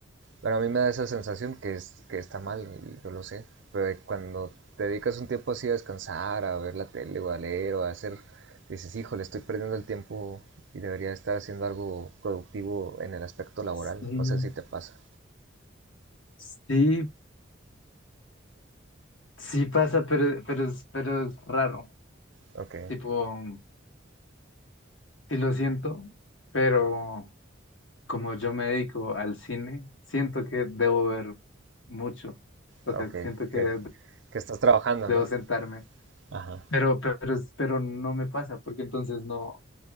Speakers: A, on the right; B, on the left.
A: Pero a mí me da esa sensación que, es, que está mal, y yo lo sé. Pero de cuando te dedicas un tiempo así a descansar, a ver la tele o a leer o a hacer, dices, híjole, estoy perdiendo el tiempo y debería estar haciendo algo productivo en el aspecto laboral.
B: Sí,
A: No sé si te pasa.
B: sí, sí pasa, pero, pero, es- pero es raro.
A: Ok,
B: Tipo, sí lo siento, pero como yo me dedico al cine, siento que debo ver mucho. O
A: ok,
B: sea, siento que
A: que, que estás trabajando,
B: debo
A: ¿no?
B: sentarme.
A: Ajá,
B: Pero, pero, es- pero no me pasa, porque entonces no.